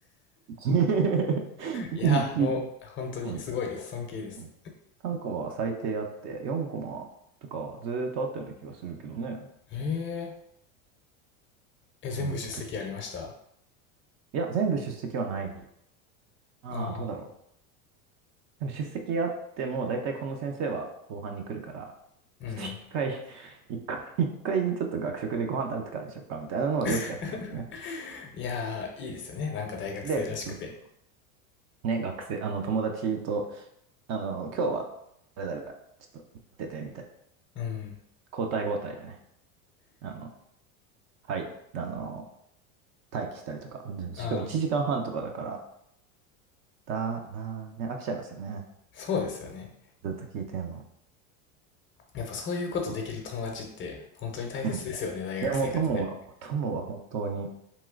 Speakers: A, on the right; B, on the left.
A: <laughs> 一日、
B: い。いや、もう、本当にすごいです。
A: はい。
B: 尊敬です。
A: ね3コマは最低あって、4コマとかずーっとあったような気がするけどね。
B: ええ、え、全部出席ありました
A: うん、あった気がする。いや、全部出席はない。ああ、
B: ああ。
A: どうだろう。でも出席あっても、だいたいこの先生は後半に来るから、
B: うん。
A: ちょっと一回、<laughs> 一回、一回ちょっと学食でご飯食べてからにしよっか、みたいなのはよくやってましたね。
B: <laughs> いやー、いいですよね。なんか大学生らしくて。
A: で、そうそうそう。ね、学生、あの、友達と、あの、今日は、誰々がちょっと、出てみたい。
B: うん。
A: 交代交代でね。あの、はい。あの、待機したりとか。でしかも1時間半とかだから、
B: ああ、
A: だな、ね、飽きちゃいますよね。
B: そうですよね。
A: ずっと聞いてんの。
B: やっぱそういうことできる友達って本当に大切ですよね、
A: そうそう。うん。い
B: 大学生活で。
A: や、もう友は、友は本当に